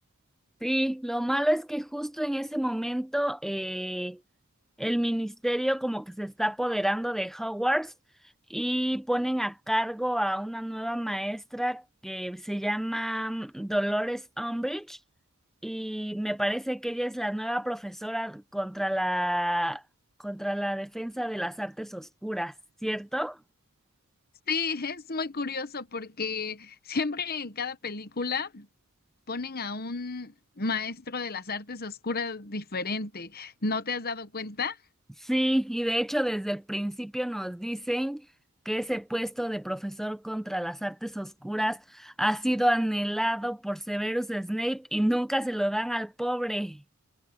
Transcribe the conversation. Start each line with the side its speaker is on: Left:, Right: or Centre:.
Centre: Sí, lo malo es que justo en ese momento eh, el ministerio como que se está apoderando de Hogwarts y ponen a cargo a una nueva maestra que se llama Dolores Umbridge y me parece que ella es la nueva profesora contra la contra la defensa de las artes oscuras, ¿cierto?
Left: Sí, <laughs> es muy curioso porque <laughs> siempre en cada película ponen a un maestro de las artes oscuras diferente. ¿No te has dado cuenta?
Centre: Sí, y de hecho desde el principio nos dicen que ese puesto de profesor contra las artes oscuras ha sido anhelado por Severus Snape y nunca se lo dan al pobre.